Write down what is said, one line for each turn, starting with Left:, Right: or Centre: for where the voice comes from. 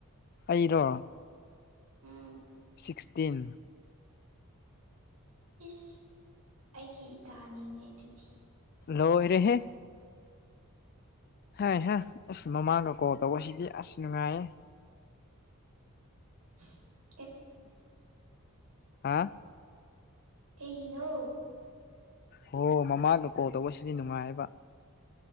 Left: ꯑꯩꯔꯣ
Right: ꯎꯝ
Left: ꯁꯤꯛꯁꯇꯤꯟ
Right: ꯏꯁ ꯑꯩꯒꯤ ꯏꯇꯥ ꯑꯅꯤꯅꯦ ꯑꯗꯨꯗꯤ
Left: ꯂꫭꯏꯔꯦꯍꯦ‌꯫ ꯍꯥꯏ ꯍꯥ ꯑꯁ ꯃꯃꯥꯡꯒ ꯀꯣꯜ ꯇꯧꯕꯁꯤꯗꯤ ꯑꯁ ꯅꯨꯡꯉꯥꯏꯌꯦ꯫
Right: <inaudible>
Left: ꯍꯥ
Right: ꯀꯩꯒꯤꯅꯣ
Left: ꯍꯣ ꯃꯃꯥꯡꯒ ꯀꯣꯜ ꯇꯧꯕꯁꯤꯗꯤ ꯅꯨꯡꯉꯥꯏꯌꯦꯕ꯫